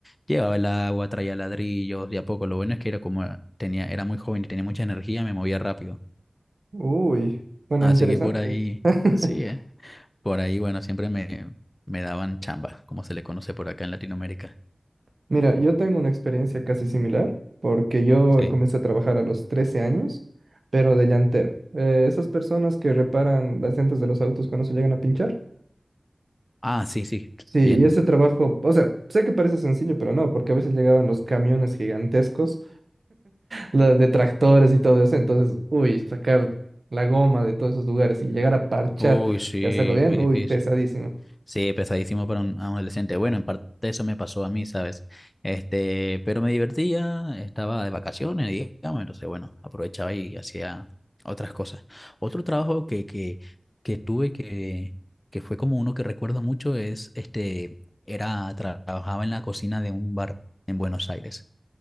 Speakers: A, on the left; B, on the right.
A: llevaba el agua, traía ladrillos, de a poco. Lo bueno es que era como tenía, era muy joven y tenía mucha energía, me movía rápido.
B: Uy, bueno,
A: Así
B: interesante.
A: que por ahí,
B: <laughs>
A: sí, eh, Por ahí, bueno, siempre me, me daban chamba, como se le conoce por acá en Latinoamérica.
B: Mira, yo tengo una experiencia casi similar porque yo
A: Sí.
B: comencé a trabajar a los 13 años, pero de llantero. Eh, esas personas que reparan las llantas de los autos cuando se llegan a pinchar.
A: Ah, sí, sí.
B: Sí,
A: Bien.
B: y ese trabajo, o sea, sé que parece sencillo, pero no, porque a veces llegaban los camiones gigantescos, los de tractores y todo eso, entonces, uy, sacar la goma de todos esos lugares y llegar a parchar
A: Uy, sí,
B: y hacerlo bien,
A: muy difícil.
B: uy, pesadísimo.
A: Sí, pesadísimo para un adolescente. Bueno, en parte eso me pasó a mí, ¿sabes? Este, pero me divertía, estaba de vacaciones, digamos, entonces, bueno, aprovechaba y hacía otras cosas. Otro trabajo que, que, que tuve que, que fue como uno que recuerdo mucho es, este, era, tra- trabajaba en la cocina de un bar en Buenos Aires.